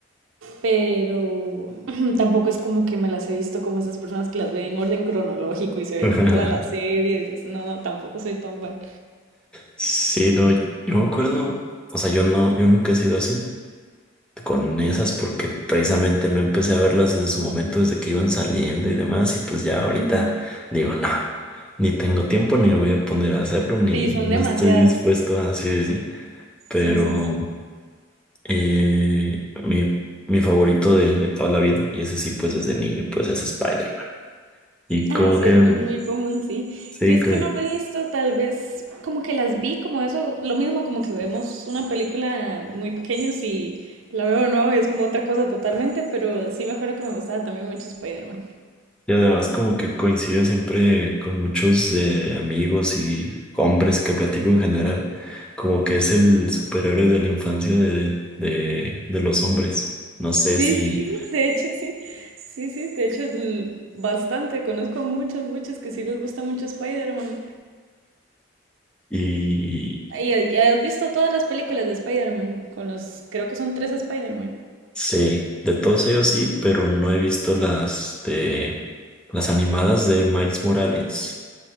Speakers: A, on the right; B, in the centre.
A: pero <clears throat> tampoco es como que me las he visto como esas personas que las ven en orden cronológico y se ven
B: <laughs>
A: todas las series. No, no, tampoco soy tan fan.
B: Sí, no, yo me acuerdo, o sea, yo no, yo nunca he sido así. con esas porque precisamente no empecé a verlas desde su momento, desde que iban saliendo y demás, y pues ya ahorita
A: Ujú.
B: digo, no, ni tengo tiempo, ni me voy a poner a hacerlo, ni
A: Sí, son
B: no
A: demasiadas.
B: estoy dispuesto a así decir, pero
A: Sí, son sí.
B: eh, mi, mi favorito de, de toda la vida, y ese sí, pues desde niño, pues es Spider-Man. Y
A: Ah,
B: como
A: sí,
B: que,
A: es muy, muy común, sí.
B: sí,
A: Yo es
B: como
A: que no me he visto, tal vez como que las vi como eso, lo mismo como que vemos una película muy pequeños y la veo de nuevo y es como otra cosa totalmente, pero sí me acuerdo que me gustaba también mucho Spider-Man.
B: Y además como que coincide siempre con muchos eh, amigos y hombres que platico en general, como que es el superhéroe de la infancia de, de, de los hombres. No sé
A: Sí,
B: si,
A: sí, de hecho sí, sí, sí, de hecho l- bastante, conozco muchos, muchos que sí les gusta mucho Spider-Man.
B: y
A: ¿Y, y has visto todas las películas de Spider-Man? Con los, creo que son tres Spider-Man.
B: sí, de todos ellos sí, pero no he visto las de las animadas de Miles Morales.